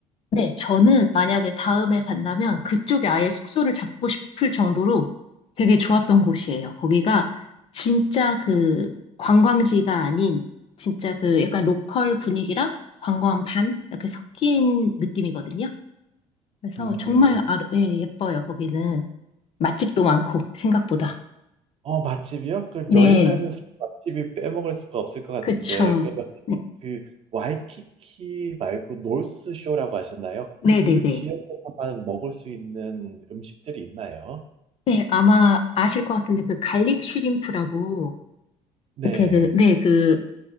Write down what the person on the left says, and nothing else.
네, 저는 만약에 다음에 간다면 그쪽에 아예 숙소를 잡고 싶을 정도로 되게 좋았던 곳이에요. 거기가 진짜 그 관광지가 아닌 진짜 그 약간 로컬 분위기랑 관광 반 이렇게 섞인 느낌이거든요. 그래서
정말 아, 예, 예뻐요, 거기는. 맛집도 많고, 생각보다.
네,
그쵸.
네,
네네네.
네, 네.
네, 아마 아실 것 같은데 그 갈릭 슈림프라고
이렇게 그, 네, 그,